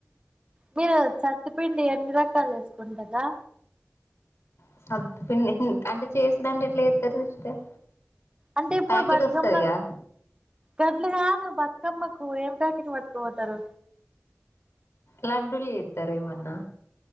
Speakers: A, on the right; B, on the left.
A: మీరు సత్తుపిండి ఎన్ని రకాలు చేసుకుంటారు దా
B: అ సత్తుపిండి అంటే చేసుడు అంటే ఎట్లా చేస్తారు
A: అంటే ఇప్పుడు
B: ప్యాకెట్
A: బతుకమ్మ
B: వస్తదిగా
A: గడ్లు కాదు బతుకమ్మకు ఏం ప్యాకెట్ పట్కపోతారు
B: లడ్డూలు చెత్తారేమన్నా